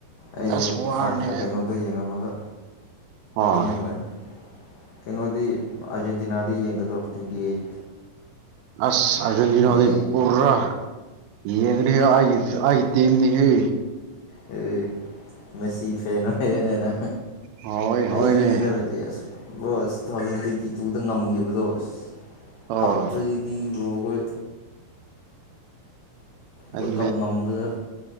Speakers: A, on the left (about 85°); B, on the right (about 85°).
A: ꯑꯩꯁꯨ
B: ꯑꯁ ꯋꯥꯔꯅꯤ
A: ꯐ꯭ꯔꯥꯟꯁꯀ ꯀꯩꯅꯣꯗꯣ ꯌꯦꯡꯉꯝꯃꯒ
B: ꯍꯣꯏ
A: ꯇꯨꯝꯒꯔꯟ ꯀꯩꯅꯣꯗꯤ ꯑꯖꯦꯟꯇꯤꯅꯥꯗꯤ ꯌꯦꯡꯒꯗ꯭ꯔꯣ ꯇ꯭ꯋꯦꯟꯇꯤ ꯑꯩꯠ
B: ꯑꯁ ꯑꯔꯖꯦꯟꯇꯤꯅꯥꯗꯤ
A: ꯍꯌꯦꯡ
B: ꯄꯨꯔꯥ ꯌꯦꯡꯒꯅꯤꯗ ꯑꯩꯒꯤ ꯑꯩꯒꯤ ꯇꯤꯝꯅꯦꯍꯦ
A: ꯍꯦ ꯃꯦꯁꯤ ꯐꯦꯟ ꯑꯣꯏꯔꯦꯅꯦꯅꯪ
B: ꯍꯣꯏ ꯍꯣꯏꯅꯦ
A: ꯑꯩꯁꯨꯅꯤꯗ ꯃꯦꯁꯤ ꯑꯁ ꯕ꯭ꯔꯣ ꯑꯁ ꯇꯨ ꯊꯥꯎꯖꯟ ꯇ꯭ꯋꯦꯟꯇꯤ ꯇꯨꯗ ꯉꯝꯒꯤꯕꯗꯣ ꯑꯁ
B: ꯍꯣꯏ
A: ꯀꯞꯄꯁꯤꯗꯤ ꯕ꯭ꯔꯣ ꯑꯩꯈꯣꯏ
B: ꯑꯩꯗꯤ
A: ꯋꯥꯜꯀꯞ ꯉꯝꯕꯗ